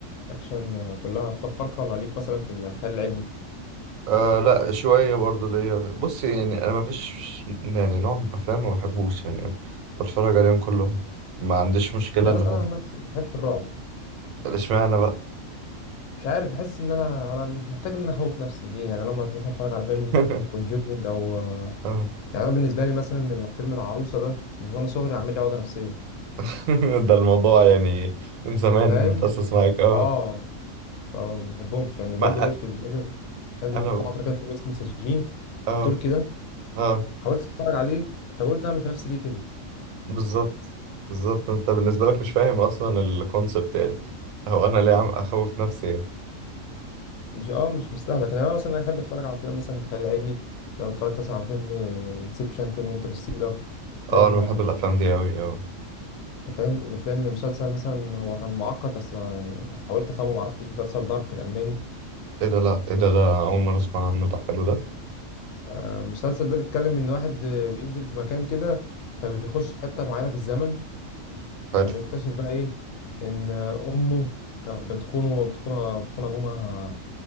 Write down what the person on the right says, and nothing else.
آه لا شوية برضو ليا بص يعني أنا مفيش يعني نوع من أفلام ما بحبوش يعني بتفرج عليهم كلهم ما عنديش مشكلة
اللي
هو
اشمعنى بقى
<laughs>
اه
<laughs> ده الموضوع يعني من زمان
متأسس معاك اه
ما
أ-
أنا
اه
اه
بالظبط بالظبط أنت بالنسبة لك مش فاهم أصلا الكونسبت يعني هو أنا ليه عم أخوف نفسي يعني
اه أنا بحب
الأفلام دي أوي اه
إيه ده لأ إيه ده ده أول مرة أسمع عنه ده حلو ده
حلو